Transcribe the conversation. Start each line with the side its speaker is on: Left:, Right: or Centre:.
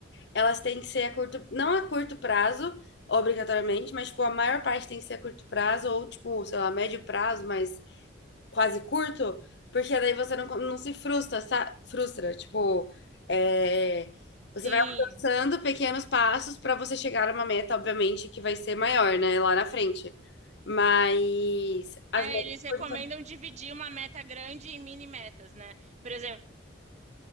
Left: elas têm que ser a curto, não a curto prazo, obrigatoriamente, mas tipo, a maior parte tem que ser a curto prazo, ou tipo, sei lá, médio prazo, mas quase curto, porque daí você não, não se frustra, sa- frustra, tipo, é,
Right: Sim.
Left: você vai alcançando pequenos passos para você chegar a uma meta, obviamente, que vai ser maior, né, lá na frente. Mas as
Right: É,
Left: metas
Right: eles recomendam
Left: foram
Right: dividir uma meta grande em mini metas, né? Por exemplo,